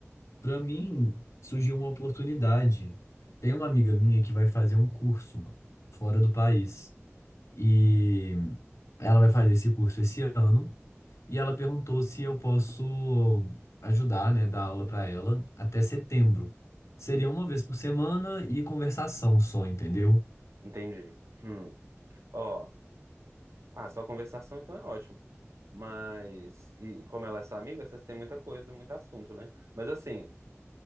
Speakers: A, on the left (about 80°); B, on the right (about 80°).
A: para mim surgiu uma oportunidade. Tem uma amiga minha que vai fazer um curso fora do país e ela vai fazer esse curso esse ano. E ela perguntou se eu posso ajudar, né, dar aula para ela até setembro. Seria uma vez por semana e conversação só, entendeu?
B: entendi. Hum. Ó, ah, só conversação então é ótimo. Mas, e como ela é sua amiga, vocês têm muita coisa, muito assunto, né? Mas assim,